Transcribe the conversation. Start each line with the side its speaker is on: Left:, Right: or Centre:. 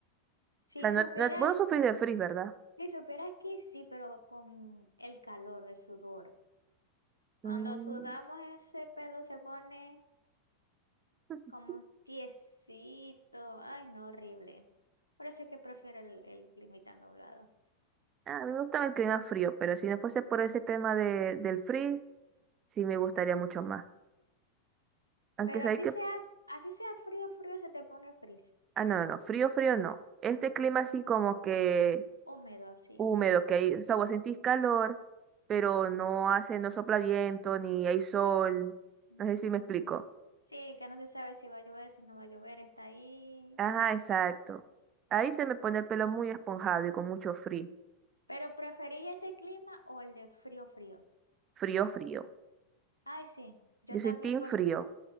Left: Si
Right: O sea,
Left: supieras,
Right: no, no, vos no sufrís de frizz, ¿verdad?
Left: si supieras que sí, pero con el calor, el sudor.
Right: Mm.
Left: Cuando sudamos ese pelo se pone
Right: <laughs>
Left: como tiesito. Ay, no, horrible. Por eso es que prefiero el, el clima tan nublado.
Right: A mí me gusta el clima frío, pero si no fuese por ese tema de, del frío, Sí, me gustaría mucho más. Aunque
Left: Pero
Right: sabéis
Left: así
Right: que.
Left: sea, así sea frío, frío, se te pone frizz.
Right: Ah, no, no, no. Frío, frío, no. Este clima así como que
Left: Húmedo así.
Right: húmedo, que hay. O sea, vos sentís calor, pero no hace, no sopla viento, ni hay sol.
Left: Mm.
Right: No sé si me explico.
Left: Sí, que no se sabe si va a llover, si no va a llover, está ahí,
Right: Ajá,
Left: pero.
Right: exacto. Ahí se me pone el pelo muy esponjado y con mucho frío.
Left: Pero preferí ese clima o el de frío, frío.
Right: Frío, frío.
Left: Ay, sí, yo
Right: Yo soy
Left: también,
Right: team
Left: por
Right: frío.